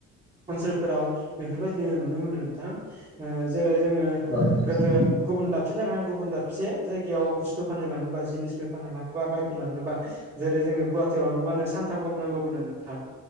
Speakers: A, on the right; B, in the centre.
A: ओनसोलफोराव बेफोरबायदिनो नुनो मोनो। थां ओ जेरै जोंङो
B: औ नंगौ नोंथां
A: गोदो गुबुन दाबसे जाया गुबुन दाबसे जायगायाव बुस्थु फाननो लाङोबा जिनिसफो फाननो लाङोबा माइफोर लाङोबा जेरै जोङो गुवाहाटियाव लाङोबानो सानथाम गाहाम नांगौमोननो नोंथां।